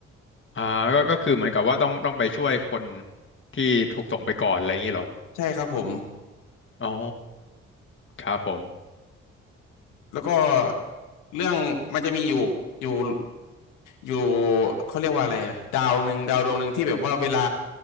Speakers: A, on the left; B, on the left.
A: อ่าก็ก็คือเหมือนกับว่าต้องต้องไปช่วยคนที่ถูกส่งไปก่อนอะไรอย่างนี้เหรอ
B: ใช่ครับผม
A: อ๋อครับผม
B: แล้วก็เรื่องมันจะมีอยู่อยู่อยู่เขาเรียกว่าอะไรอะดาวหนึ่งดาวดวงหนึ่งที่แบบว่าเวลา